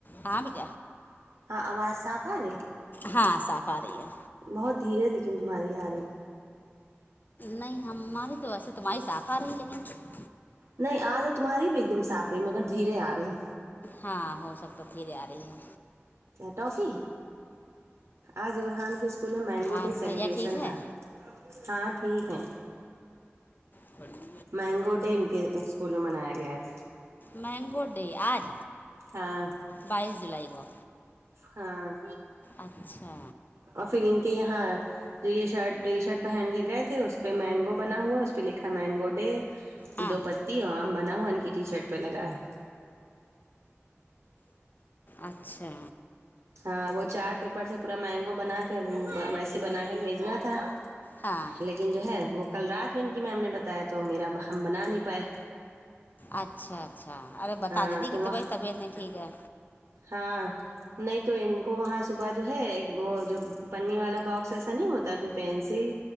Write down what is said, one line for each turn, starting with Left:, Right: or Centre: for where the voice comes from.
Left: ہاں بٹ
Right: ہاں آواز صاف آ رہی ہے
Left: ہاں صاف آ رہی ہے
Right: بہت دھیرے ہے لیکن تمہاری آ رہی
Left: نہیں ہماری تو ویسے تمہاری صاھ آ رہی ہے نہیں
Right: نہیں آج تمہاری بھی ایک دم صاف رہی مگر دھیرے آ رہی
Left: ہاں ہو سکتا تھیرے آ رہی ہے
Right: ٹافی آج برحان کے اسول اسکول مینگو
Left: اور
Right: ڈے سیلیبریشن
Left: بھیا ٹھیک ہے
Right: تھا ہاں ٹھیک ہے
Left: اچھا
Right: مینگو ڈے ان کے اسکول میں منایا گیا ہے
Left: مینگو ڈے آج
Right: ہاں
Left: بائیس جولائی گ
Right: ہاں
Left: اچھا
Right: اور پھر ان کے یہاں جو یہ شرٹ یہ شرٹ پہن کے گئے تھے اس پہ مینگو بنا ہوا اس پہ لکھا مینگو ڈے
Left: ہاں
Right: دو پتی ہو آم بنا ہوا ان کی ٹی شرٹ پہ لگا ہے
Left: اچھا
Right: ہاں وہ چارٹ پیپر سے پورا مینگو بنا کے ویسے بنا کے بھیجنا تھا
Left: ہاں
Right: لیکن جو ہے وہ کل رات میں ان کی میم نے بتایا تو میرا ہم بنا نہیں پائے
Left: اچھا اچھا ارے بتا
Right: ہاں
Left: د دیی کہ
Right: وہ
Left: تو وہیں طبیعت نہیں ٹھیک ہے
Right: ہاں نہیں تو ان کو وہاں صبح جو ہے ایک وہ جو پنی والا باکس ایسا نہیں ہوتا اس میں پینسل